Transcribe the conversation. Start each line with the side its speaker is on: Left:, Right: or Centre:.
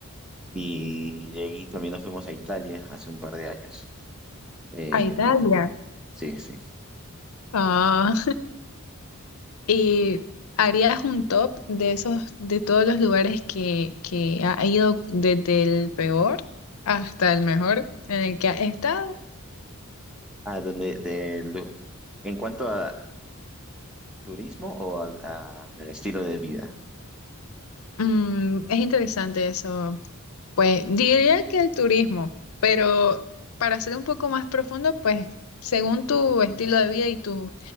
Centre: Y de ahí también nos fuimos a Italia hace un par de años. Eh,
Left: A Italia.
Centre: sí, sí.
Left: Ah, <laughs> ¿y harías un top de esos, de todos los lugares que, que ha ido desde el peor hasta el mejor en el que has estado?
Centre: Ah, donde, de lu- en cuanto a turismo o a, a el estilo de vida.
Left: Mm, es interesante eso. Pues diría que el turismo, pero para ser un poco más profundo, pues según tu estilo de vida y tus